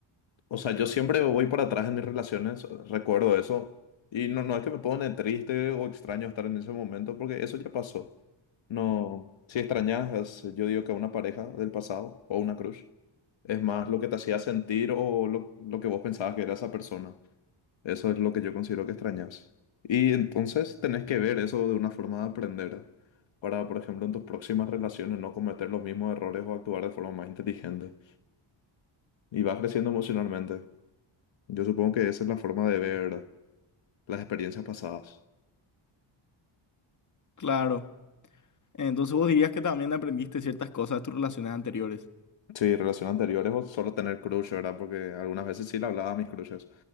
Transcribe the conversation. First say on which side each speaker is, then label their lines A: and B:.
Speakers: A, on the left; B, on the left.
A: O sea, yo siempre voy para atrás en mis relaciones, recuerdo eso, y no, no es que me pone triste o extraño estar en ese momento, porque eso ya pasó. No, si extrañas, yo digo que a una pareja del pasado o una crush, es más lo que te hacía sentir o lo, lo que vos pensabas que era esa persona. Eso es lo que yo considero que extrañas. Y entonces tenés que ver eso de una forma de aprender para, por ejemplo, en tus próximas relaciones no cometer los mismos errores o actuar de forma más inteligente. Y vas creciendo emocionalmente. Yo supongo que esa es la forma de ver las experiencias pasadas.
B: Claro. Entonces vos dirías que también aprendiste ciertas cosas de tus relaciones anteriores.
A: Sí, relaciones anteriores o solo tener crush, ¿verdad? Porque algunas veces sí le hablaba a mis crushes